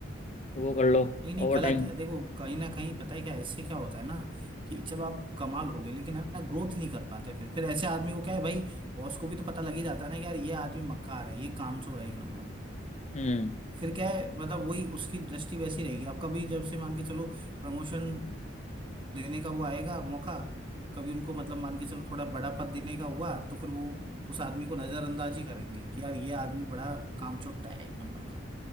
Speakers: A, on the left (about 35°); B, on the right (about 25°).
A: वो कर लो
B: नहीं नहीं
A: ओवर
B: गलत
A: टाइम
B: है देखो कहीं ना कहीं पता है क्या इससे क्या होता है ना कि चलो आप कमा लोगे लेकिन है ना ग्रोथ नहीं कर पाते फिर फिर ऐसे आदमी को क्या है भाई बॉस को भी तो पता लग ही जाता है ना कि यार ये आदमी मक्कार है ये कामचोर है एक नंबर
A: हम्म
B: फिर क्या है मतलब वही उसकी दृष्टि वैसी रहेगी अब कभी जब से मान के चलो प्रमोशन देने का वो आएगा मौका कभी उनको मतलब मान के चलो थोड़ा बड़ा पद देने का हुआ तो फिर वो उस आदमी को नजरअंदाज ही करेंगे कि यार ये आदमी बड़ा कामचोट्टा है एक नंबर का